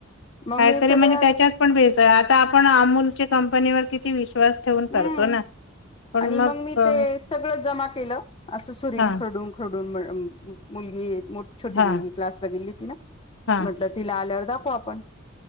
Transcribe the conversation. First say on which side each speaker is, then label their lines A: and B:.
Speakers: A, on the left; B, on the left.
A: मग
B: काहीतरी
A: मी सगळं
B: म्हणजे त्याच्यात पण भे आता आपण अमूलच्या कंपनीवर किती विश्वास ठेवून
A: हम्म
B: करतो ना. पण
A: आणि मग मी
B: क-
A: ते सगळं जमा केलं असं सुरीनी
B: हा
A: खरडून खरडून मुलगी छोटी
B: हा
A: मुलगी क्लासला गेली ती ना
B: हा
A: म्हटलं तिला आल्यावर दाखव आपण